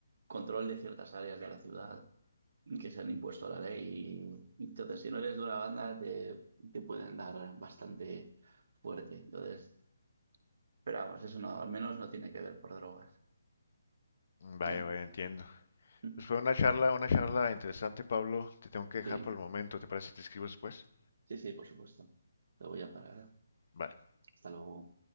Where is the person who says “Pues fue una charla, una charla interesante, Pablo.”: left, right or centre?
Left